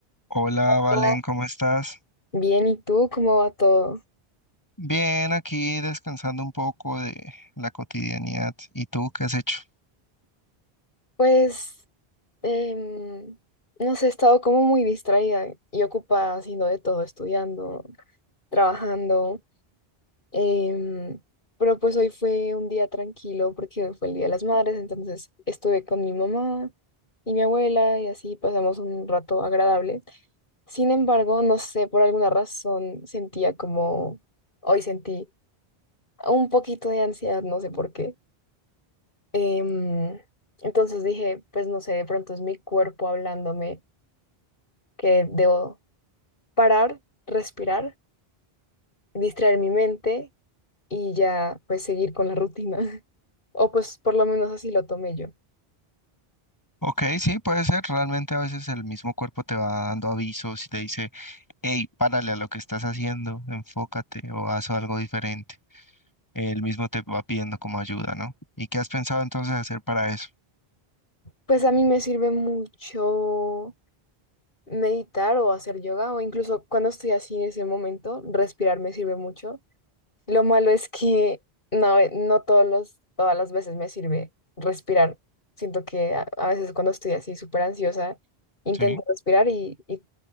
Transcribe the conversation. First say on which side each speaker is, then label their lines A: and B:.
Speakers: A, on the left; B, on the left.
A: Hola, Valen,
B: Hola.
A: ¿cómo estás?
B: Bien, ¿y tú cómo va todo?
A: Bien, aquí descansando un poco de la cotidianidad. ¿Y tú qué has hecho?
B: Pues, em, no sé, he estado como muy distraída y ocupada haciendo de todo, estudiando, trabajando, em, pero pues hoy fue un día tranquilo porque hoy fue el Día de las Madres, entonces estuve con mi mamá y mi abuela y así pasamos un rato agradable. Sin embargo, no sé, por alguna razón sentía como, hoy sentí un poquito de ansiedad, no sé por qué. Em, entonces dije, pues no sé, de pronto es mi cuerpo hablándome que debo parar, respirar, distraer mi mente y ya pues seguir con la rutina. <laughs> O pues por lo menos así lo tomé yo.
A: Ok, sí, puede ser. Realmente a veces el mismo cuerpo te va dando avisos y te dice, hey, párale a lo que estás haciendo, enfócate o haz algo diferente. Él mismo te va pidiendo como ayuda, ¿no? ¿Y qué has pensado entonces hacer para eso?
B: Pues a mí me sirve mucho meditar o hacer yoga o incluso cuando estoy así en ese momento, respirar me sirve mucho Lo malo es que no, eh, no todos los, todas las veces me sirve respirar. Siento que a, a veces cuando estoy así súper ansiosa, intento
A: Sí.
B: respirar y, y,